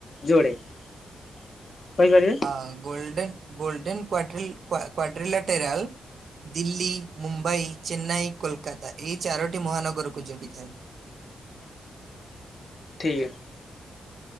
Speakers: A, on the left; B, on the right.
A: ଯୋଡେ କହିପାରିବେ।
B: ଆଁ ଗୋଲଡେନ ଗୋଲଡେନ୍ କ୍ଵାଟ୍ରିଲ୍ କ୍ୱା କ୍ୱାଡ୍ରିଲା ଟେରାଲ। ଦିଲ୍ଲୀ ମୁମ୍ବାଇ ଚେନ୍ନାଇ କୋଲକାତା ଏଇ ଚାରୋଟି ମହାନଗରକୁ ଯୋଡ଼ିଥାଏ।
A: ଠିକ୍ ଆ।